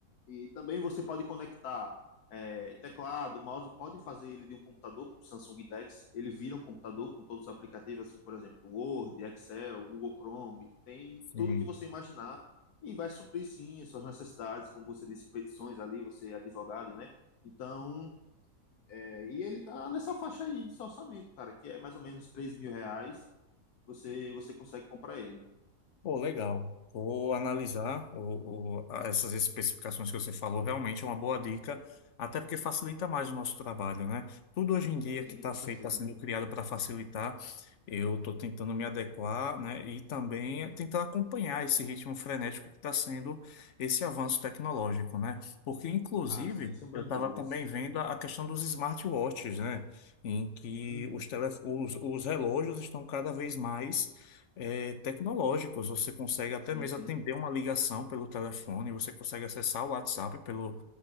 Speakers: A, on the left; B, on the left.
A: E também você pode conectar é, teclado, mouse, pode fazer ele de um computador com Samsung Dex, ele vira um computador com todos os aplicativos, assim, por exemplo, Word, Excel, Google Chrome, tem
B: sim.
A: tudo que você imaginar e vai suprir, sim, as suas necessidades, como você disse, petições ali, você é advogado, né? Então, é, e ele tá nessa faixa aí de seu orçamento, cara, que é mais ou menos 3 mil reais, você, você consegue comprar ele.
B: Pô, legal. Vou analisar o, o- a- essas especificações que você falou. Realmente é uma boa dica, até porque facilita mais o nosso trabalho, né? Tudo hoje em dia
A: Sim,
B: que está
A: com
B: feito,
A: certeza.
B: está sendo criado para facilitar. Eu estou tentando me adequar, né? E também tentar acompanhar esse ritmo frenético que está sendo esse avanço tecnológico, né? Porque, inclusive,
A: Ah, sem sombra
B: eu
A: de
B: estava
A: dúvidas.
B: também vendo a a questão dos smartwatches, né? Em que
A: Sim,
B: os, tele, os, os relógios estão cada vez mais é, tecnológicos. Você consegue até
A: sim,
B: mesmo
A: sim,
B: atender uma ligação pelo telefone, você consegue acessar o WhatsApp pelo,